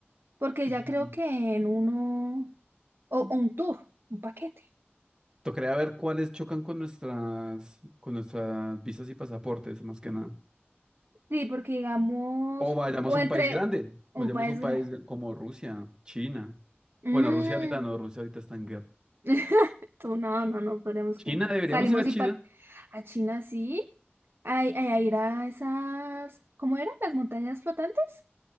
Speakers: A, on the right; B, on the right.
A: Porque
B: Ujú.
A: ya creo que en uno, o, o un tour, un paquete.
B: Tocaría ver cuáles chocan con nuestras, con nuestras visas y pasaportes, más que nada.
A: Sí, porque digamos,
B: O vayamos
A: o
B: a
A: entre
B: un país grande,
A: un
B: vayamos
A: país
B: a un
A: grande.
B: país gr- como Rusia, China.
A: Mm.
B: Bueno, Rusia ahorita no, Rusia ahorita está en guerra.
A: <laughs> Tú, No, no, no, podríamos
B: China,
A: que.
B: deberíamos
A: Salimos
B: ir a
A: y
B: China.
A: pat a China sí. A, a ir a esas, ¿cómo eran? ¿Las montañas flotantes?